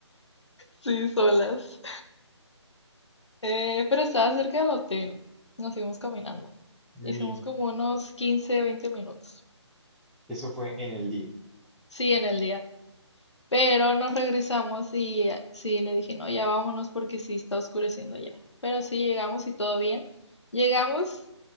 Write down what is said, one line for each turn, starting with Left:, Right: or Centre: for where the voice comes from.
Left: sí, solas. Eh, pero estaba cerca del hotel. Nos fuimos caminando.
Centre: Ya.
Left: Hicimos como unos 15 20 minutos.
Centre: Eso fue en el día.
Left: Sí, en el día. Pero nos regresamos y eh, sí, le dije, no, ya vámonos porque sí está oscureciendo ya. Pero sí llegamos y todo bien. Llegamos